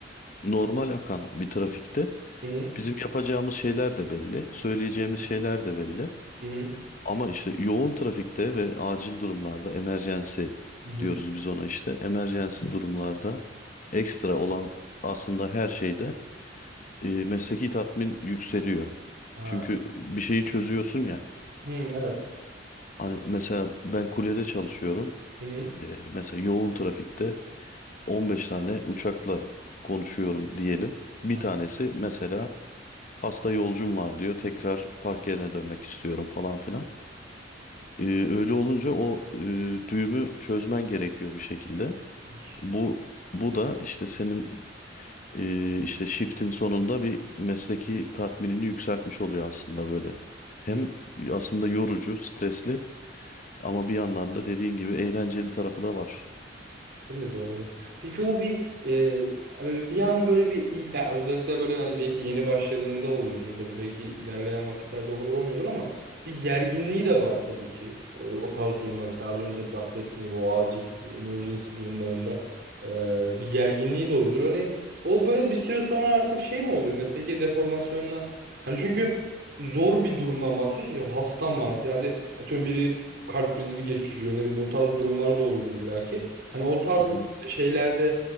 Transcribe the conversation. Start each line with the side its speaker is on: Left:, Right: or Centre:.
Left: normal akan bir trafikte
Right: Hı hı.
Left: bizim yapacağımız şeyler de belli, söyleyeceğimiz şeyler de belli.
Right: Hı hı.
Left: Ama işte yoğun trafikte ve acil durumlarda emergency
Right: Hı hı.
Left: diyoruz biz ona işte. Emergency durumlarda ekstra olan aslında her şeyde e, mesleki tatmin yükseliyor.
Right: Ha.
Left: Çünkü bir şeyi çözüyorsun ya.
Right: Hı, evet.
Left: Hani mesela ben kulyede çalışıyorum.
Right: Hı hı.
Left: E, mesela yoğun trafikte 15 tane uçakla konuşuyorum diyelim. Bir
Right: Ha,
Left: tanesi mesela hasta yolcum var diyor. Tekrar park yerine dönmek istiyorum falan filan. E, öyle olunca o e, düğümü çözmen gerekiyor bir şekilde.
Right: tabii ki.
Left: Bu bu da işte senin e, işte shift'in sonunda bir mesleki tatminini yükseltmiş oluyor aslında böyle. Hem
Right: Hı.
Left: aslında yorucu, stresli ama bir yandan da dediğin gibi eğlenceli tarafı da var.
Right: Değil mi? Doğru. Peki o bir e, böyle bir an böyle bir ilk ya özellikle böyle hani belki yeni başladığında oluyordur tabii belki ilerleyen vakitlerde o kadar olmuyordur ama bir gerginliği de var tabii ki. O, o tarz durumlar mesela az önce bahsettiğim gibi o acil emergency durumlarında e, bir gerginliği de oluyordur. Hani o böyle bir süre sonra artık şey mi oluyor? Mesleki deformasyonla hani çünkü zor bir durumdan bahsediyorsun. ya, Hastam var mesela hadi atıyorum biri kalp krizi geçiriyor ne bileyim o tarz durumlar da oluyor illaki. Hani o tarz
Left: Hı hı.
Right: şeylerde